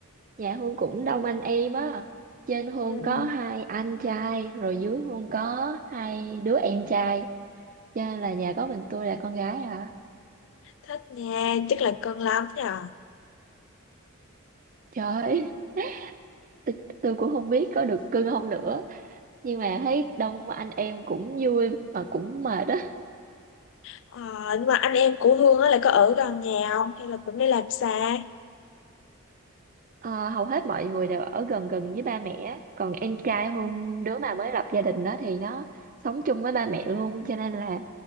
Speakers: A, on the right; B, on the left.
A: Dạ Hương cũng đông anh em á. Trên
B: Ừ.
A: Hương có hai anh trai, rồi dưới Hương có hai đứa em trai. Cho nên là nhà có mình tôi là con gái à.
B: Thích nha, chắc là cưng lắm nhờ.
A: Trời ơi, <laughs> tôi, tôi cũng không biết có được cưng không nữa. Nhưng mà thấy đông anh em cũng vui mà cũng mệt á.
B: Ờ, nhưng mà anh em của Hương á là có ở gần nhà không? Hay là cũng đi làm xa?
A: Ờ, hầu hết mọi người đều ở gần gần với ba mẹ. á. Còn em trai
B: Ừ.
A: Hương, đứa mà mới lập gia đình đó thì nó sống chung với ba mẹ luôn. Cho nên là